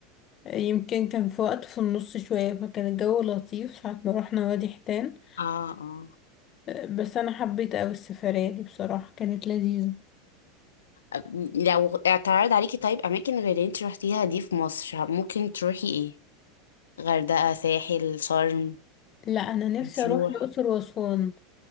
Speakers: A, on the left; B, on the left.
A: يمكن كان في وقت في النص شوية فكان الجو لطيف ساعة ما روحنا وادي حيتان
B: اه اه
A: آه، بس أنا حبيت أوي السفرية دي بصراحة كانت لذيذة
B: أب- لو اعترض عليكي طيب أماكن غير اللي انت روحتيها دي في مصر ممكن تروحي ايه؟ غردقة ساحل شرم
A: لا أنا نفسي
B: بتروح
A: أروح الأقصر وأسوان